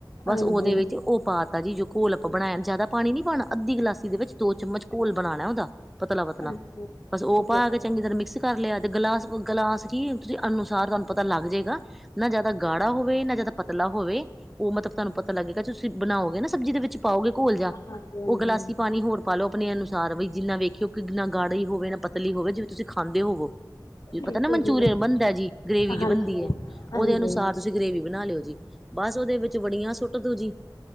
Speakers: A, in the centre; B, on the left (about 50°).
A: ਬਸ
B: ਹਾਂਜੀ,
A: ਉਹਦੇ ਵਿੱਚ ਉਹ ਪਾ ਅਸੀਂ ਜੋ ਘੋਲ ਆਪਾਂ ਬਣਾਇਆ ਜਿਆਦਾ ਪਾਣੀ ਨਹੀਂ ਪਾਉਣਾ ਅੱਧੀ ਗਲਾਸੀ ਦੇ ਵਿੱਚ ਦੋ ਚਮਚ ਘੋਲ ਬਣਾਉਣਾ ਉਹਦਾ ਪਤਲਾ ਪਤਲਾ
B: ਹਾਂਜੀ,
A: ਬਸ ਉਹ
B: ਠੀਕ
A: ਪਕੇ
B: ਹੈ ਜੀ,
A: ਤੇ ਚੰਗੀ ਤਰਾਂ ਮਿਕਸ ਧਰ ਲਿਆ ਤੇ ਗਲਾਸ ਗਲਾਸ ਜੀ ਅਨੁਸਾਰ ਤੁਹਾਨੂੰ ਪਤਾ ਲੱਗ ਜਾਏਗਾ ਨਾ ਜਿਆਦਾ ਗਾੜਾ ਹੋਵੇ ਨਾ ਜਿਆਦਾ ਪਤਲਾ ਹੋਵੇ ਉਹ ਮਤਲਬ ਤੁਹਾਨੂੰ ਪਤਾ ਲੱਗੇਗਾ ਤੁਸੀਂ ਬਣਾਓਗੇ ਨਾ ਸਬਜੀ ਦੇ ਵਿੱਚ ਪਾਓਗੇ ਘੋਲ ਜਾ
B: ਹਾਂਜੀ, ਹਾਂਜੀ,
A: ਉਹ ਗਲਾਸੀ ਪਾਣੀ ਹੋਰ ਪਾ ਲਓ ਆਪਣੇ ਅਨੁਸਾਰ ਬਈ ਜਿੰਨਾਂ ਵੇਖਿਓ ਕਿੰਨਾ ਗਾੜੀ ਹੋਵੇ ਨਾ ਪਤਲੀ ਤਲੀ ਹੋਵੇ ਜਿਵੇਂ ਤੁਸੀਂ ਖਾਂਦੇ ਹੋਵੋ ਇਹ ਪਤਾ
B: ਬਿਲਕੁਲ
A: ਨਹੀਂ ਮਨਚੂਰੀ
B: ਜੀ,
A: ਮੰਨਦਾ ਜੀ ਕਿਵੇ ਜਹੀ
B: ਹਾਂਜੀ,
A: ਬੰਦੀ ਹ
B: ਹਾਂਜੀ,
A: ਉਹਦੇ ਅਨੁਸਾਰ ਤੁਸੀਂ ਗਰੇਵੀ ਬਣਾ ਲਿਓ ਜੀ ਬਸ ਉਹਦੇ ਵਿੱਚ ਵੜੀਆਂ ਸੁੱਟ ਦੋ ਜੀ